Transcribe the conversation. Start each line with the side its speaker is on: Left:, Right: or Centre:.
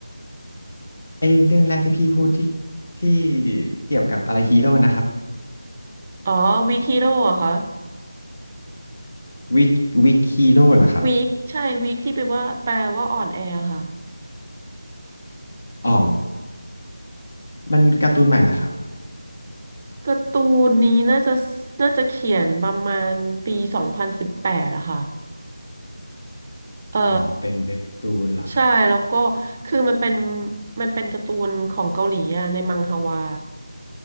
Left: ไอเรื่องแรกที่พี่พูดที่ที่เกี่ยวกับอะไรฮีโร่นะครับ
Right: อ๋อวีคฮีโร่อะค่ะ
Left: วิกวิกฮีโร่เหรอครับ
Right: วีคใช่วีคที่แปลว่าแปลว่าอ่อนแอค่ะ
Left: อ๋อมันการ์ตูนใหม่เหรอครับ
Right: การ์ตูนนี้น่าจะน่าจะเขียนประมาณปีสองพันสิบแปดอะค่ะ เออ
Left: อ๋อเป็นเว็บตูนเหรอครับ
Right: ใช่แล้วก็คือมันเป็นมันเป็นการ์ตูนของเกาหลีอะในมังฮวา